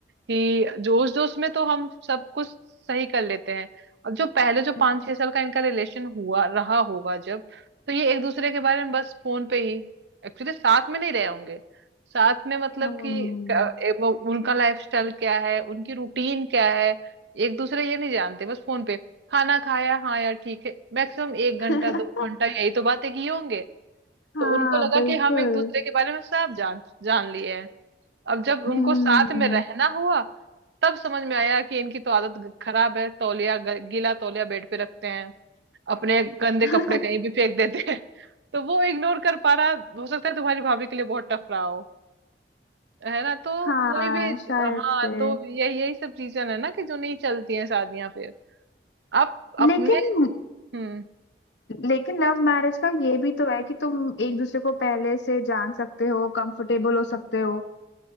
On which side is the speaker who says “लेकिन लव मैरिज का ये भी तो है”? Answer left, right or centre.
Left